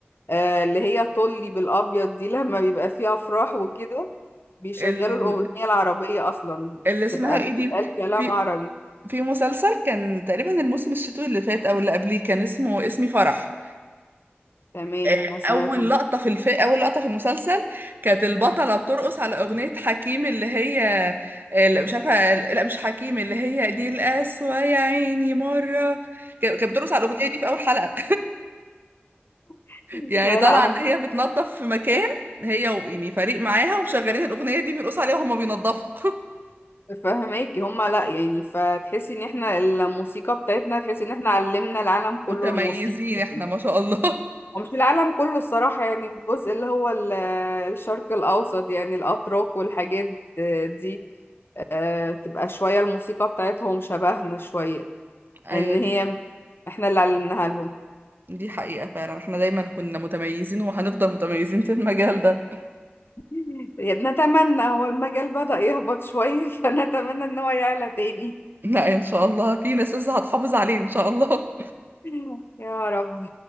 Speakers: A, on the left (about 60°); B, on the right (about 55°).
A: آه، اللي هي طلي بالابيض دي لما بيبقى فيه افراح وكده بيشغلوا
B: ال...
A: الاغنية العربية اصلا
B: اللي اسمها
A: تبقى
B: ايه
A: بتبقى
B: دي
A: الكلام
B: في
A: عربي
B: في مسلسل كان تقريبا الموسم الشتوي اللي فات او اللي قبليه كان اسمه اسمي فرح
A: تمام
B: آه،
A: ما سمعتوش
B: اول لقطه في الف... اول لقطه في المسلسل كانت البطله بترقص على اغنيه حكيم اللي هي آه، لا مش عارفه لا مش حكيم اللي هي دي القسوه يا عيني مره ك- كانت بترقص على الاغنيه دي في اول حلقه
A: <laughs>
B: يعني
A: لا
B: طالعه
A: لا
B: ان هي بتنظف في مكان هي و- يعني فريق معاها ومشغلين الاغنيه دي بيرقصوا عليها وهما بينظفوا <laughs>
A: فهماكي هما لا يعني فتحسي ان احنا الموسيقى بتاعتنا تحسي ان احنا علمنا العالم كله
B: متميزين
A: الموسيقى
B: احنا ما شاء الله
A: ومش العالم كله الصراحة يعني الجزء اللي هو ال- الشرق الأوسط يعني الأتراك والحاجات دي آه، تبقى شوية الموسيقى بتاعتهم شبهنا شوية
B: <laughs> ايوه
A: ان
B: دي
A: هي احنا اللي علمناها لهم
B: دي حقيقه فعلا احنا دايما كنا متميزين وهنفضل متميزين في المجال ده
A: <laughs> نتمنى هو المجال بدأ يهبط شوية <laughs> فنتمنى ان هو يعلى تاني
B: <laughs> لا ان شاء الله في ناس لسه هتحافظ عليه ان شاء الله
A: <laughs> يا رب